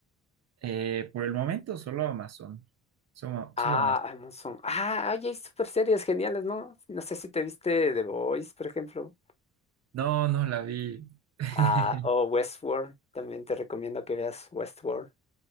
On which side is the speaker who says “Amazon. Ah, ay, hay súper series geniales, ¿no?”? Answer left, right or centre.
Left